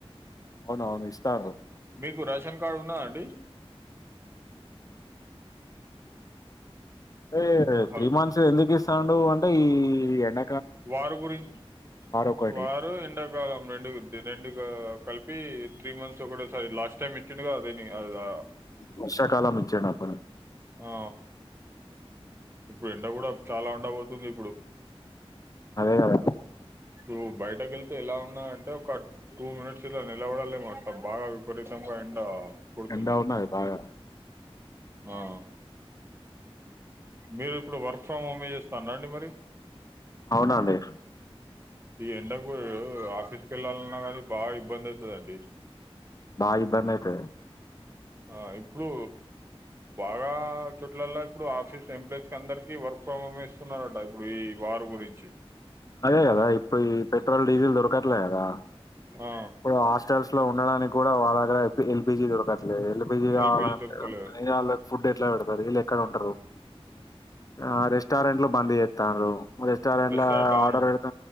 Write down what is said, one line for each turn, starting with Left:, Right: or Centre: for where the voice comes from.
Left: అవునవును ఇస్తారు
Right: మీకు రేషన్ కార్డు ఉన్నద అండి
Left: ఏ
Right: హల్
Left: త్రీ మంత్స్ ఎందుకు ఇస్ ఇత్తాండు అంటే ఈ ఎండ
Right: వారు గురించి
Left: ఒకటి
Right: వారు ఎండాకాలం రెండు రెండు కలిపి త్రీ మంత్స్ ఒకటే సారి లాస్ట్ టైమ్ చిన్నగా అదే అదా
Left: వర్షాకాలం వచ్చేటప్పుడు
Right: ఆ ఇప్పుడు ఎండ కూడా చాలా ఉండ పోతుంది ఇప్పుడు
Left: అదే కదా
Right: నువ్వు బయటకి వెళ్తే ఎలా ఉన్నా అంటే ఒక టూ మినిట్స్ ఇలా నిలబడలేమ అట్ట బాగా విపరీతంగా ఎండ కొడుతుంది
Left: ఎండ ఉన్నది బాగా
Right: ఆ మీరు ఇప్పుడు వర్క్ ఫ్రమ్ హోమే చేస్తార అండి మరి
Left: అవునండి
Right: ఈ ఎండకు ఆఫీస్కి వెళ్ళాలన్నా కానీ బాగా ఇబ్బంది అయితదండి
Left: బా ఇబ్బంది అయితది
Right: ఆ ఇప్పుడు బాగా చోట్లలా ఇప్పుడు ఆఫీస్ ఎంప్లాయస్ కి అందరికి వర్క్ ఫ్రమ్ హోమే ఇస్తున్నారట ఇప్పుడు ఈ వారు గురించి.
Left: అదే గదా ఇప్పుయి పెట్ పెట్రోల్ డీజిల్ దొరకట్లే గదా
Right: ఆ
Left: పోయ్ హాస్టల్స్ ల్లో ఉండడానికి కూడా వాళ్ళ దగ్గర ఎల్ పీ ఎల్పీజీ దొరకట్ లేదు ఎల్ పీజి కావాలంటే
Right: ఎల్పిజి దొరుకుతలేదు
Left: మళ్లీ వాళ్ళక్ ఫుడ్ ఎ ఎట్లా పెడతురు వీళ్ళు ఎక్కడ ఉంటరు. ఆ రెస్టారెంట్ లో బంద్ చేత్తర్రు. రెస్టారెంటా
Right: రెస్టారెంట్ అవును
Left: బరత